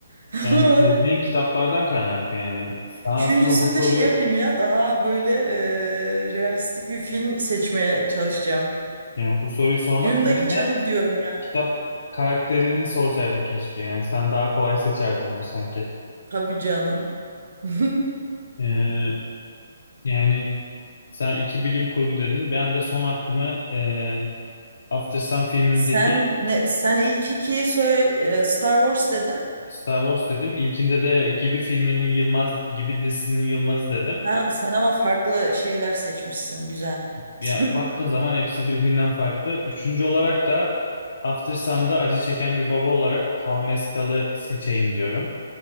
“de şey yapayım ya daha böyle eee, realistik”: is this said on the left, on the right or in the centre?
Right